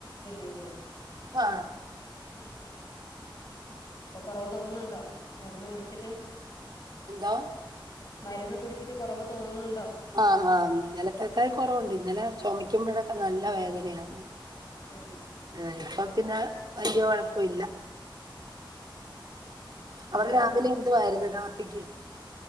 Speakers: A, on the left; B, on the right.
A: ഇല്ലില്ലേ
B: ഹാ
A: <unintelligible> ഇപ്പൊ കൊറവ് തോന്നുന്നുണ്ടോ മരുന്ന് കുടിച്ചിട്ട്
B: എന്തോ
A: മരുന്ന് കുടിച്ചിട്ട് കുറവ് തോന്നുന്നു
B: ആഹ് ആഹ് ഇന്നലത്തേക്കായി കൊറവുണ്ട് ഇന്നലെ ചൊമയ് ക്കുമ്പോഴക്കെ നല്ല വേദനയായിരുന്നു
A: ഏ
B: ഏ ഇപ്പം പിന്നെ വല്യ കൊഴ പ്പില്ല
A: എന്തായിരുന്നു
B: അവിടെ രാവിലെ എന്തുവായിരുന്നു കാ പ്പിക്ക്